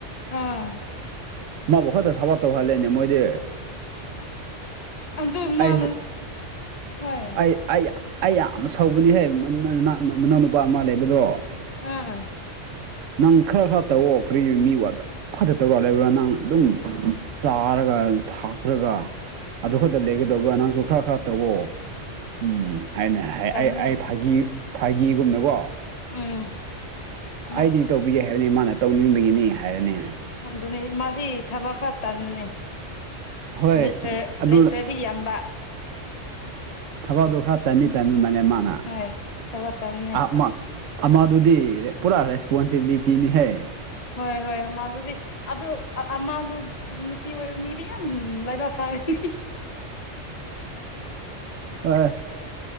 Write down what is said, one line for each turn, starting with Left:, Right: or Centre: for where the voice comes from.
Left: ꯑꯥ
Right: ꯃꯥꯕꯨ ꯈꯔꯗ ꯊꯕꯛ ꯇꯧꯍꯜꯂꯦꯅꯦ ꯃꯣꯏꯗꯤ
Left: ꯑꯗꯨ
Right: ꯑꯩ
Left: ꯃꯥꯅ ꯍꯣꯏ
Right: ꯑꯩ ꯑꯩ ꯌꯥ ꯑꯩ ꯌꯥꯝ ꯁꯧꯕꯅꯤꯍꯦ ꯃꯅꯥꯅꯅ ꯃꯅꯥꯎꯅꯨꯄꯥ ꯑꯃ ꯂꯩꯕꯗꯣ
Left: ꯑꯥ
Right: ꯅꯪ ꯈꯔ ꯈꯔ ꯇꯧꯑꯣ ꯀꯔꯤ ꯃꯤ ꯋꯥꯗ ꯐꯠꯇ ꯇꯧꯔ ꯂꯩꯕ꯭ꯔꯥ ꯅꯪ ꯑꯗꯨꯝ ꯆꯥꯔꯒ ꯊꯥꯛꯈ꯭ꯔꯒ ꯑꯗꯨ ꯈꯛꯇ ꯂꯩꯒꯗꯧꯕ꯭ꯔꯥ ꯅꯪꯁꯨ ꯈꯔ ꯈꯔ ꯇꯧꯋꯣ ꯎꯝ ꯍꯥꯏꯅ
Left: ꯇꯟꯕꯅꯦ
Right: ꯑꯩ ꯑꯩ ꯐꯥꯒꯤ ꯐꯥꯒꯤꯒꯨꯝꯅꯀꯣ
Left: ꯎꯝ ꯃꯥ
Right: ꯑꯩꯗꯤ ꯇꯧꯕꯤꯒꯦ ꯍꯥꯏꯕꯅꯤ ꯃꯥꯅ ꯇꯧꯅꯤꯡꯕꯒꯤꯅꯤ ꯍꯥꯏꯔꯅꯤ
Left: ꯑꯗꯨꯅꯤ ꯃꯥꯗꯤ ꯊꯕꯛ ꯈꯔ ꯇꯟꯕꯅꯦ
Right: ꯍꯣꯏ
Left: ꯂꯩꯇ꯭ꯔꯠ
Right: ꯑꯗꯨ
Left: ꯂꯩꯇ꯭ꯔꯠ ꯔꯤꯌꯥꯝꯕ
Right: ꯊꯕꯛꯗꯨ ꯈꯔ ꯇꯟꯗꯤ ꯇꯟꯕꯅꯦ ꯃꯥꯅ ꯑꯥ
Left: ꯍꯣꯏ ꯊꯕꯛ ꯇꯟꯕꯅꯦ
Right: ꯑꯃ ꯑꯃꯗꯨꯗꯤ ꯄꯨꯔꯥ ꯔꯦꯁꯄꯣꯟꯁꯤꯕꯤꯂꯤꯇꯤꯅꯤꯍꯦ
Left: ꯍꯣꯏ ꯍꯣꯏ ꯃꯥ ꯑꯗꯨꯗꯤ ꯑꯗꯨ ꯑ ꯑꯃꯗꯨ ꯅꯨꯄꯤ ꯑꯣꯏꯕ ꯃꯤꯗꯤ ꯌꯥꯝ ꯂꯥꯏꯕꯛ ꯐꯒꯅꯤ
Right: ꯍꯣꯏ